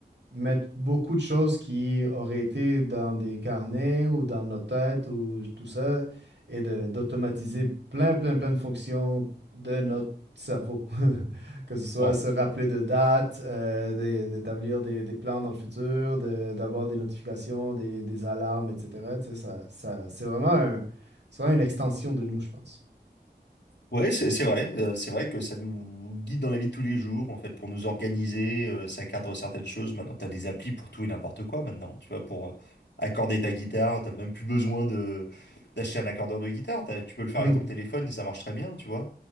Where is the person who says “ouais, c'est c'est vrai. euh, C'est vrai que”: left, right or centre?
Left